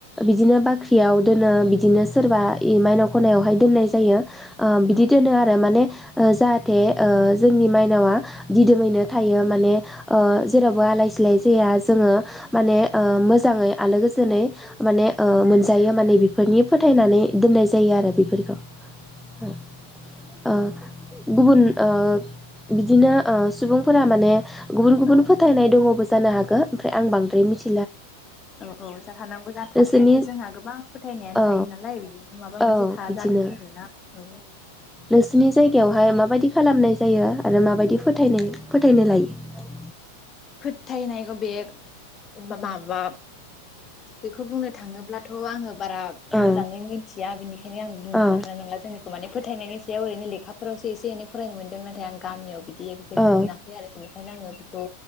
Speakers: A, in the centre; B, on the left.
A: बिदिनो बाख्रियाव दोनो बिदिनो सोरबा इ मायनाव खनायावहाय दोननाय जायो ओ बिदि
B: औ
A: दोनो आरो माने ओ जार थे ओ जोंनि माइनावा दिदोमैनो थायो माने ओ जेरावबो आलाय सिलाय जाया जोङो माने ओ मोजाङै आलो गोजोनै माने ओ मोनजायो माने बेफोरनि फोथायनानै दोननाय जायो आरो बिफोरखौ हो ओ गुबुन ओ बिदिनो ओ सुबुंफोरा माने गुबुन गुबुन
B: औ
A: फोथायनाय दङबो जानो हागो ओमफ्राय आं बांद्राय मिथि
B: औ औ जाहानावबो दा
A: नोंसोरनि
B: थानायाथ' जोंहा गोबां फोथायनायानो
A: औ
B: थायो नालाय बिदिनो माबा
A: औ
B: मोनसे था
A: बिदिनो
B: जागोन आरोना औ
A: नोंसोरनि जायगायावहाय माबायदि खालामनाय जायो आरो माबायदि फोनाय फोथायनो लायो
B: फोथायनायख बेग माबा बेखौ बुंनो थाङोब्लाथ' आङो बारा
A: औ
B: मोजाङै मोनथिया बिनिखायनो आं बुंनो
A: औ
B: हाथार नंला जोंनिखौ माने फोथायनायनि सायाव ओरैनो लेखाफोरावसो एसे एनै फरायनो मोनदों नाथाय आं गामियाव बि दि एकजेक
A: औ
B: मोनाखै आरो बिनि खायनो आङो बिखौ